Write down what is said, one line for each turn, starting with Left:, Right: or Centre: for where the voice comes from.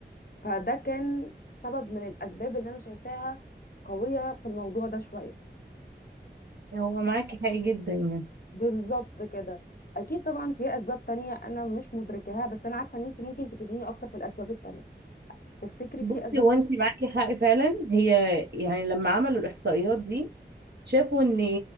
Left: فده كان سبب من الاسباب اللي انا شايفاها قويه في الموضوع ده شويه
Right: هو معاكي حق جدا يعني
Left: بالظبط كده اكيد طبعا في اسباب تانية انا مش مدركاها بس انا عارفه ان انت ممكن تفيديني اكتر في الاسباب التانية تفتكري
Right: بصي
Left: في اسباب
Right: هو
Left: تانية
Right: انت معاكي حق فعلا هي يعني لما عملوا الاحصائيات دي شافوا ان